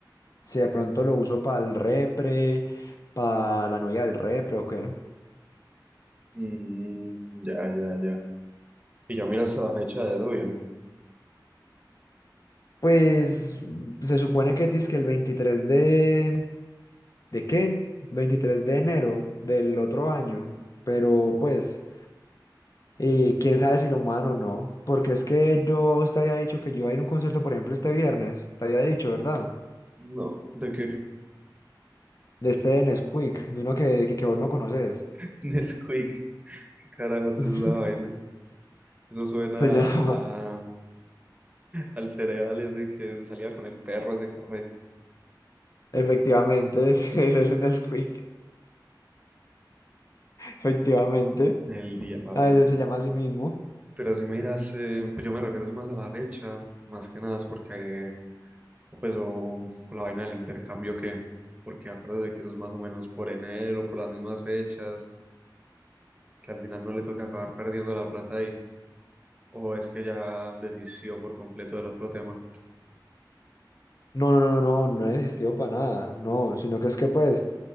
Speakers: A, on the left; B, on the right.
A: si de pronto lo uso para el repre, para la novia del repre o qué.
B: Mm, ya, ya, ya. Y ya miraste la fecha de eso bien.
A: Pues se supone que dice que el 23 de... ¿De qué? veintitrés de enero del otro año. Pero pues, eh, quién sabe si lo muevan o no. Porque es que yo a vos te había dicho que yo iba a ir a un concierto, por ejemplo, este viernes. Te había dicho, ¿verdad?
B: No, ¿de qué?
A: De este Nesquik, de uno que, que, que vos no conoces.
B: <laughs> Nesquik. ¿Qué carajos es
A: <laughs>
B: esa vaina? Eso suena
A: Se llama,
B: a- al cereal ese que salía con el perro de café.
A: efectivamente, <laughs> es- ese es un Nesquik, efectivamente.
B: El diablo.
A: A veces se llama a sí mismo.
B: Pero si miras, eh, pues yo me refiero más a la fecha, más que nada es porque, eh, o pues, o, o la vaina del intercambio que, porque acuérdate que eso es más o menos por enero, por las mismas fechas, que al final no le toca acabar perdiendo la plata ahí, o es que ya desistió por completo del otro tema.
A: No, no, no, no, no, no existido para nada, no, sino que es que pues,